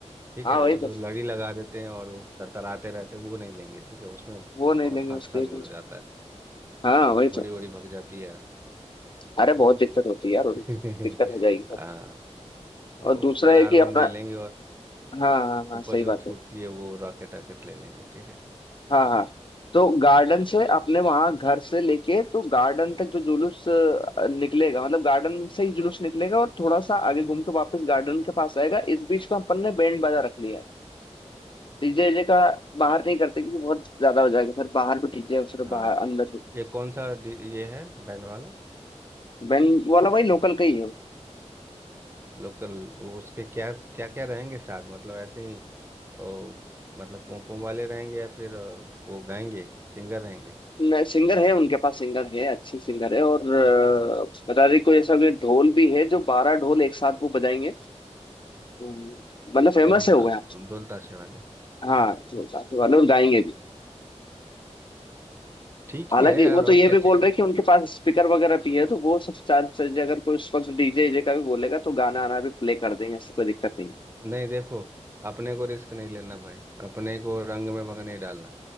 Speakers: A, on the right; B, on the left.
A: ठीक
B: हाँ
A: है
B: वही
A: वो
B: तो
A: जो लड़ी लगा देते हैं और वो तरतराते रहते हैं वो नहीं लेंगे ठीक है उसमें
B: वो नहीं
A: बहुत
B: लेंगे
A: हादसा
B: उसके
A: भी
B: लिए।
A: हो जाता है
B: हाँ
A: ए,
B: वही
A: घोड़ी
B: तो
A: वोड़ी भग जाती है
B: अरे बहुत दिक्कत होती है यार उन-
A: यार <laughs>
B: दिक्कत हो जाएगी
A: आ, वो
B: और दूसरा
A: अनार
B: है कि
A: बम
B: अपना
A: ले लेंगे और
B: हाँ हाँ हाँ
A: ऊपर
B: सही
A: जो
B: बात
A: छूटती
B: है
A: है वो रॉकेट रॉकेट ले लेंगे ठीक है
B: हाँ हाँ तो गार्डन से अपने वहां घर से लेके तो गार्डन तक जो जुलूस अ, निकलेगा मतलब गार्डन से ही जुलूस निकलेगा और थोड़ा सा आगे घूम के वापस गार्डन के पास आएगा इस बीच में अपन ने बैंड बाजा रख लिया है डीजे जे का बाहर नहीं करते क्योंकि बहुत ज्यादा हो जाएगा फिर बाहर भी डीजे फिर
A: हाँ
B: बाहर अंदर भी
A: ये कौन सा डि- ये है बैंड वाला
B: बैंड वाला भाई लोकल का ही
A: लोकल वो उसके क्या क्या क्या रहेंगे साज मतलब ऐसे तो मतलब पोंपों वाले रहेंगे या फिर अ, वो गाएंगे सिंगर रहेंगे
B: है सिंगर है उनके पास सिंगर है अच्छे सिंगर है और अ,
A: हाँ,
B: बता रही कोई ऐसा कोई ढोल भी है जो बारह ढोल एक साथ वो बजाएंगे तो, मतलब फेमस
A: और ढोल
B: है वो
A: त-
B: यहाँ पे।
A: ढोल ताशे वाले
B: हाँ जो साथ वाले और गाएंगे
A: ठीक
B: हालांकि
A: ही है यार
B: वो
A: और
B: तो ये
A: क्या
B: भी
A: चाहिए
B: बोल रहे कि उनके पास स्पीकर वगैरह भी है तो वो सब चार चीजें अगर कोई उस वक्त डीजे वीजे का भी बोलेगा तो गाना आना भी प्ले कर देंगे ऐसी कोई दिक्कत नहीं
A: नहीं देखो अपने को रिस्क नहीं लेना भाई अपने को रंग में भंग नहीं डालना